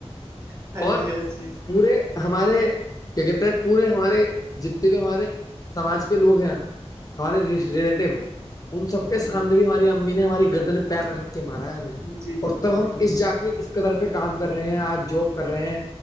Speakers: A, on the right (about 25°); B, on the left (about 35°).
A: جی ہاں
B: اور
A: ہاں جی
B: پورے ہمارے کیا کہتے ہیں پورے ہمارے جتنے بھی ہمارے سماج کے لوگ ہیں ہماراری ریلیٹیو ان سب کے
A: ہاں
B: سامنے
A: جی
B: بھی ہماری امی نے ہماری گردن پیر رکھ رکھ کے مارا ہے ہمیں
A: جی جی
B: اور
A: جی
B: تب ہم
A: جی بالکل
B: اس جا کے اس طر پہ کام کر رہے ہیں آج جاب کر رہے ہیں